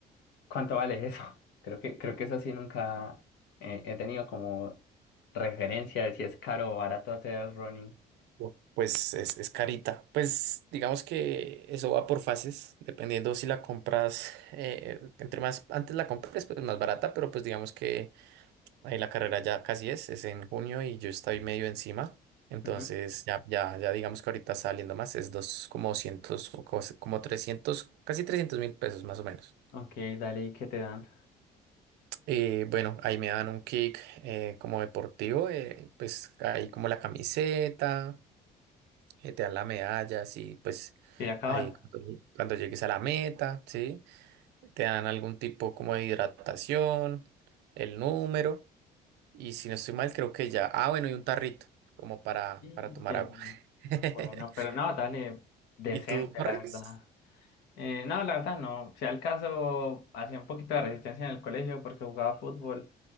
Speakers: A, on the left; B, on the right.
A: ¿Cuánto vale eso? <laughs> Creo que, creo que eso sí nunca eh, he tenido como referencia de si es caro o barato hacer running.
B: Uf, Pues es, es carita. Pues digamos que eso va por fases, dependiendo si la compras, eh, entre más antes la compres, pues más barata, pero pues digamos que Ahí la carrera ya casi es, es en junio y yo estoy medio encima. Entonces,
A: Ujú.
B: ya, ya, ya digamos que ahorita está saliendo más, es dos, como 200 o cos- como 300, casi 300 mil pesos más o menos.
A: Ok, dale, ¿y qué te dan?
B: Eh, bueno, ahí me dan un kick eh, como deportivo, eh, pues ahí como la camiseta, eh, te dan la medalla, sí, pues
A: ¿Y ya acabas?
B: ahí cuando, lle- cuando llegues a la meta, ¿sí? Te dan algún tipo como de hidratación, el número. Y si no estoy mal, creo que ya. Ah, bueno, y un tarrito, como para,
A: Y
B: para tomar
A: te-
B: agua. <laughs>
A: Bueno, pero no, dale, decente,
B: ¿Y tú corres?
A: la verdad. Eh, no, la verdad no. Si al caso, hacía un poquito de resistencia en el colegio porque jugaba fútbol.